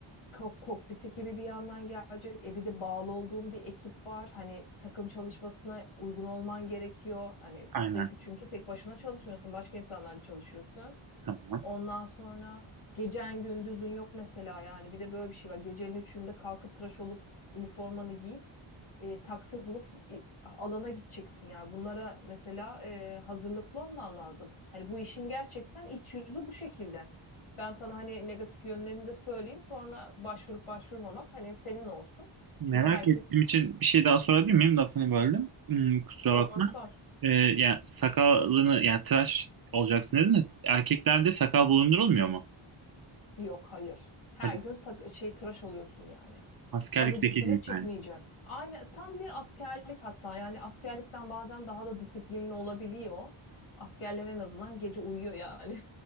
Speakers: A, on the left; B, on the right.
A: ko- kokpit ekibi bir yandan gelecek. E bir de bağlı olduğum bir ekip var. Hani takım çalışmasına uygun olman gerekiyor. Hani
B: aynen
A: sürekli çünkü tek başına çalışmıyorsun. Başka insanlarla çalışıyorsun.
B: tamam.
A: Ondan sonra gecen gündüzün yok mesela yani. Bir de böyle bir şey var. Gecenin üçünde kalkıp tıraş olup üniformanı giyip e, taksi bulup gi- alana gideceksin yani bunlara mesela e, hazırlıklı olman lazım. Hani bu işin gerçekten iç yüzü bu şekilde. Ben sana hani negatif yönlerini de söyleyeyim sonra başvurup başvurmamak hani senin olsun.
B: Merak
A: Çünkü herkes
B: ettiğim için bir şey daha sorabilir miyim? Lafını böldüm. Hmm, kusura
A: sor
B: bakma.
A: sor.
B: Ee, yani sakalını yani tıraş olacaksın dedin de erkeklerde sakal bulundurulmuyor mu?
A: Yok hayır. Her
B: Hadi
A: gün sak- şey tıraş oluyorsun yani.
B: askerlikteki
A: Azıcık bile
B: gibi
A: çıkmayacak.
B: yani.
A: Aynı tam bir askerlik hatta yani askerlikten bazen daha da disiplinli olabiliyor. Askerler en azından gece uyuyor yani.